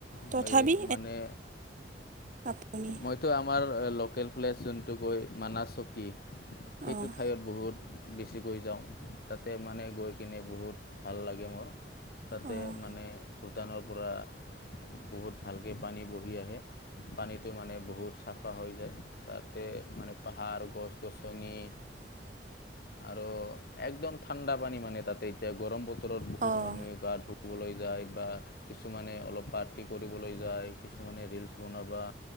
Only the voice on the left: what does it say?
মই মানে
মইতো আমাৰ লোকেল প্লেচ যোনটো কৈ মানা চকী সেইটো
ঠাইত বহুত বেছিকৈ যাওঁ তাতে মানে গৈ কিনে বহুত ভাল লাগে মোৰ তাতে
মানে ভূটানৰ পৰা বহুত ভালকৈ পানী বহি আহে পানীটো মানে বহুত চাফা হৈ যায় তাতে মানে পাহাৰ গছ গছনি
আৰু একদম ঠাণ্ডা পানী মানে তাতে এতিয়া গৰম বতৰত বহুত
মানুহে গা ধু যায় বা কিছুমানে অলপ পাৰ্টি কৰিবলৈ যায় কিছুমানে ৰিলচ বনাবা